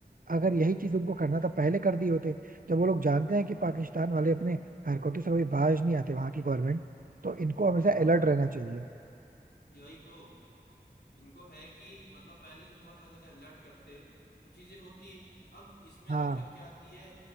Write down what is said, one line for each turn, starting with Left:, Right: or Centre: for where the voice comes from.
Right: अगर यही चीज उनको करना था पहले कर दिए होते जब वो लोग जानते हैं कि
Left: हाँ
Right: पाकिस्तान वाले अपने हरकतों से कभी बाज नहीं आते वहां की गवर्नमेंट तो इनको हमेशा
Left: हाँ
Right: अलर्ट रहना चाहिए
Left: यही तो इनको है कि मतलब पहले से थोड़ा सा अलग अलर्ट करते तो चीजें होती अब इसमें
Right: हाँ
Left: दिक्कत क्या आती है